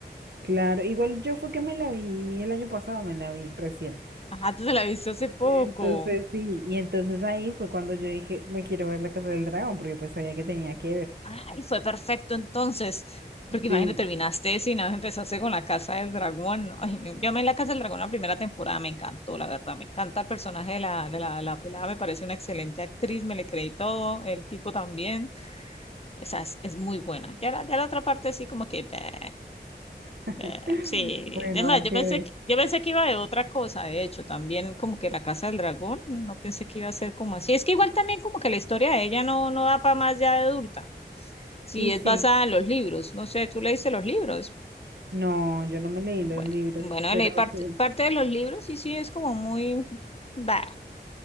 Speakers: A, on the right; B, on the left.
A: Claro, igual yo fue que me la vi el año pasado, me la vi recién.
B: Ajá, tú te la viste hace poco.
A: Entonces, sí, y entonces ahí fue cuando yo dije, me quiero ver La Casa del Dragón, porque pues sabía que tenía que ver.
B: Ay, fue perfecto entonces. Porque imagínate,
A: Sí.
B: terminaste si nada más empezaste con La Casa del Dragón. Ay, me- yo amé La Casa del Dragón la primera temporada, me encantó, la verdad. Me encanta el personaje de la, de la, la pelada, me parece una excelente actriz, me le creí todo, el tipo también. O sea, es, es muy buena. Ya la, ya la otra parte sí como que... bleh.
A: <laughs>
B: Eh, sí,
A: Bueno,
B: además,
A: hay
B: yo
A: que
B: pensé
A: ver.
B: que, yo pensé que iba de otra cosa, de hecho, también como que la Casa del Dragón, no pensé que iba a ser como así. Es que igual también como que la historia de ella no, no da para más ya de adulta. Si
A: Y
B: es
A: sí,
B: basada en los libros, no sé, tú leíste los libros.
A: no, yo no me leí
B: Bueno,
A: los libros,
B: bueno,
A: pero
B: leí parte,
A: sí.
B: parte de los libros y sí es como muy, bah,